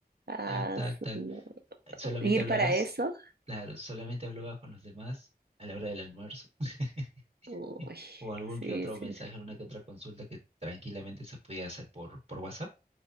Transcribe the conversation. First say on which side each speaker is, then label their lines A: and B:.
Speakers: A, on the right; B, on the right.
A: Ah,
B: Tac, tac,
A: su-
B: tac.
A: no.
B: Solamente
A: Ir
B: hablabas,
A: para eso.
B: claro, solamente hablabas con los demás a la hora del almuerzo. <laughs>
A: Uy,
B: o algún
A: sí,
B: que otro
A: sí.
B: mensaje, una que otra consulta que tranquilamente se podía hacer por, por WhatsApp.